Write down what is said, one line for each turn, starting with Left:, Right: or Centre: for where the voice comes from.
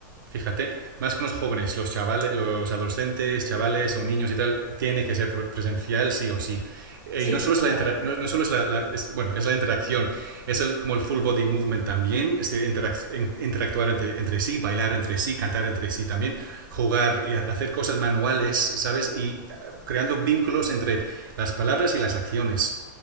Right: Fíjate, más con los jóvenes, los chavales, los adolescentes, chavales o niños y tal, tiene que ser presencial sí o sí. Eh,
Left: Sí,
Right: Y no solo
Left: yo
Right: es la
Left: también
Right: interacción,
Left: creo.
Right: no, no, solo es la, la es, bueno, es la interacción, es el, como el full body movement también, este, interac interactuar entre, entre, sí, bailar entre sí, cantar entre sí también, jugar y hacer cosas manuales, ¿sabes? Y eh, creando vínculos entre las palabras y las acciones,